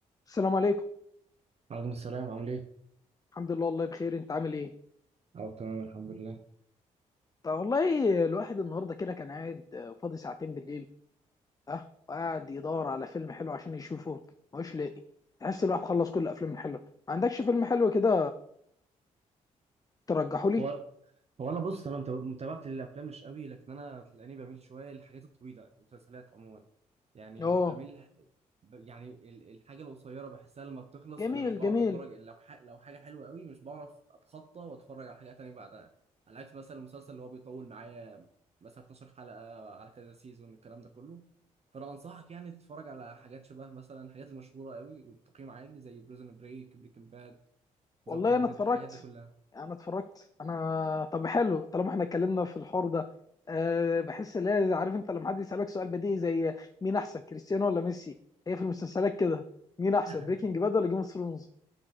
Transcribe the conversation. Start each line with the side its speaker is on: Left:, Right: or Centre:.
Left: السلام عليكم
Right: عليكم السلام عامل ايه؟
Left: الحمد لله والله بخير انت عامل ايه
Right: اه تمام الحمد لله
Left: طب والله الواحد النهارده كده كان قاعد آه، فاضي ساعتين بالليل اه وقاعد يدور على فيلم حلو عشان يشوفه مش لاقي تحس الواحد خلص كل الافلام الحلوه ما عندكش فيلم حلو كده ترجحه لي
Right: هو هو انا بص انا متاب- متابعه الافلام مش قوي لكن انا تلاقيني بميل شويه للحاجات الطويله المسلسلات عموما يعني
Left: اه
Right: بميل ب- يعني ال- الحاجه القصيره بحسها لما بتخلص
Left: جميل
Right: انا مش بعرف
Left: جميل
Right: اتفرج الا لو ح- لو حاجه حلوه قوي مش بعرف اتخطى واتفرج على حاجه تانية بعدها على عكس مثلا المسلسل اللي هو بيطول معايا مثلا 12 حلقه على كذا سيزون الكلام ده كله فانا انصحك يعني تتفرج على حاجات شبه مثلا الحاجات المشهوره قوي وبتقييم عالي زي بريزون بريك بريكنج باد
Left: والله
Right: ذا ووكينج
Left: انا
Right: ديد
Left: اتفرجت
Right: الحاجات دي كلها
Left: انا اتفرجت انا طب حلو طالما احنا اتكلمنا في الحوار ده أه بحس ان هي- عارف انت لما حد يسالك سؤال بديهي زي مين احسن كريستيانو ولا ميسي هي في المسلسلات كده مين احسن
Right: <laughs>
Left: بريكنج باد ولا جيم اوف ثرونز